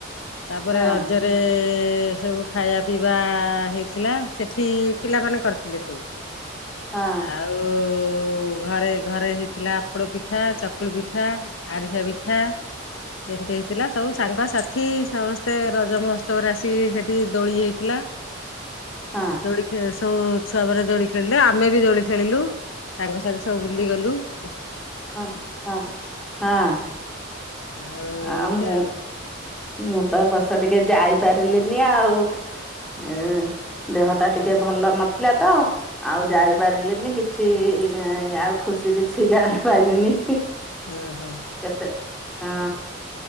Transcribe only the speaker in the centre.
ହଁ
ହଁ
ହଁ।
ହଁ ହଁ ହଁ
ଆମ
ମୁଁ ତ ଏ ବର୍ଷ ଟିକେ ଯାଇପାରିଲିନି ଆଉ ଉଁ। ଦେହଟା
ଟିକେ ଭଲ ନଥିଲା ତ ଆଉ
ଯାଇପାରିଲିନି କିଛି କିଛି ଆଉ ଖୁସି କିଛି ଜାଣିପାଇଲିନି।
କେତେ ହଁ।